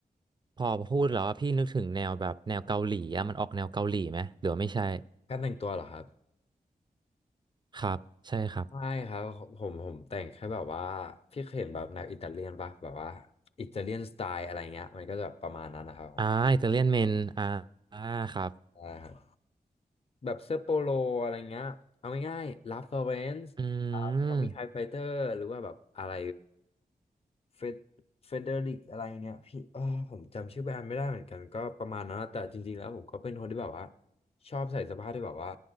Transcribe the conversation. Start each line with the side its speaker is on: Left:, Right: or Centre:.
Right: พอพูดแล้วอะพี่นึกถึงแนวแบบแนวเกาหลีอะมันออกแนวเกาหลีไหมหรือว่าไม่ใช่
Left: การแต่งตัวเหรอครับ
Right: ครับใช่ครับ
Left: ไม่ครับผมผมแต่งแค่แบบว่าพี่เคยเห็นแบบแนวอิตาเลียนปะแบบว่าอิตาเลียนสไตล์อะไรเงี้ยมันก็จะประมาณนั้นนะครับผม
Right: อ่าอิตาเลียนเมนอ่าอ่าครับ
Left: ใช่ครับ แบบเสื้อโปโลอะไรเงี้ยเอาง่ายๆลาฟลอเรนซ์
Right: อืม
Left: ทอมมี่ไฮไฟเตอร์หรือว่าแบบอะไรเฟดเฟเดริกอะไรเนี่ยพี่เออผมจำชื่อแบรนด์ไม่ได้เหมือนกันก็ประมาณนั้นนะแต่จริงๆแล้วผมก็เป็นคนที่แบบว่าชอบใส่เสื้อผ้าที่แบบว่า